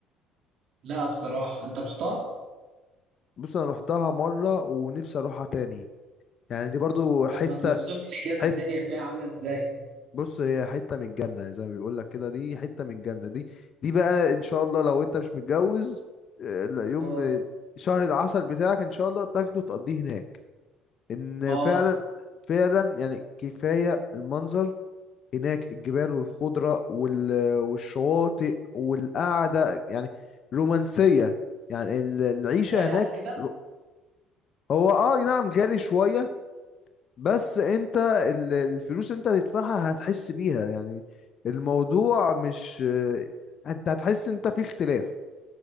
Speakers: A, on the right (about 60°); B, on the left (about 50°).
A: لا بصراحه انت رحتها
B: بص انا رحتها مره ونفسي اروحها تاني يعني دي برضو حته
A: طب ما توصف لي كده
B: حته
A: الدنيا فيها عامله ازاي
B: بص هي حتة من الجنة زي ما بيقول لك كده دي حتة من الجنة دي دي بقى ان شاء الله لو انت مش متجوز آه، لا، يوم
A: اه
B: آه، شهر العسل بتاعك ان شاء الله تاخده تقضيه هناك ان
A: اه
B: فعلا فعلا يعني كفاية المنظر هناك الجبال والخضرة وال- والشواطئ والقعدة يعني رومانسية يعني ال- العيشة
A: غالي
B: هناك
A: على كده
B: رو- هو اه نعم غالي شوية بس انت ال- الفلوس انت هتدفعها هتحس بيها يعني الموضوع مش اه، انت هتحس انت في اختلاف